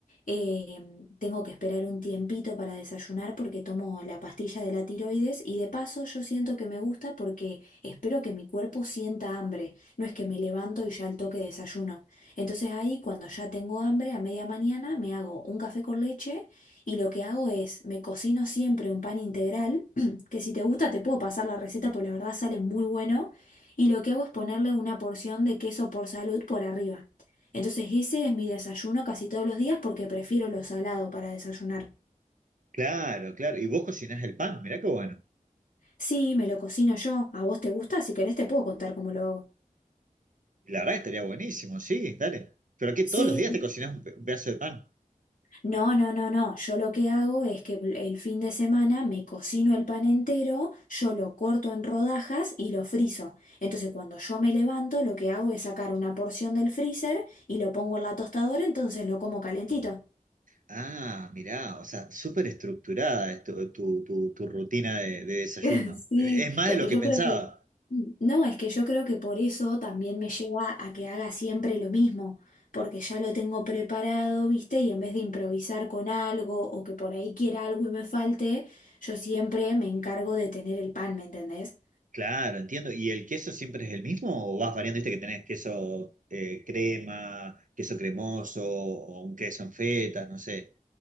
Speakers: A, on the left; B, on the right.
A: Eh, tengo que esperar un tiempito para desayunar porque tomo la pastilla de la tiroides y de paso yo siento que me gusta porque espero que mi cuerpo sienta hambre, no es que me levanto y ya al toque desayuno. Entonces ahí cuando ya tengo hambre a media mañana me hago un café con leche y lo que hago es me cocino siempre un pan integral, <clears throat> que si te gusta te puedo pasar la receta porque la verdad sale muy bueno y lo que hago es ponerle una porción de queso por salud por arriba. Entonces ese es mi desayuno casi todos los días porque prefiero lo salado para desayunar.
B: Claro, claro. Y vos cocinás el pan, mirá qué bueno.
A: Sí, me lo cocino yo. ¿A vos te gusta? Si querés te puedo contar cómo lo hago.
B: La verdad que estaría buenísimo, sí, dale. Pero que
A: Sí,
B: todos los días te cocinas un pe- un pedazo de pan.
A: no, no, no, no. Yo lo que hago es que el fin de semana me cocino el pan entero, yo lo corto en rodajas y lo frizo. Entonces cuando yo me levanto, lo que hago es sacar una porción del freezer y lo pongo en la tostadora, entonces lo como calentito.
B: Ah, mirá, o sea, súper estructurada es tu, tu- tu- tu rutina de, de desayuno.
A: <laughs> Sí,
B: Es más
A: es
B: de lo
A: que
B: que
A: yo
B: pensaba.
A: creo que, no, es que yo creo que por eso también me lleva a que haga siempre lo mismo, porque ya lo tengo preparado, ¿viste? Y en vez de improvisar con algo o que por ahí quiera algo y me falte, yo siempre me encargo de tener el pan, ¿me entendés?
B: Claro, entiendo. ¿Y el queso siempre es el mismo o vas variando? Viste que tenés queso eh, crema, queso cremoso o un queso en feta, no sé.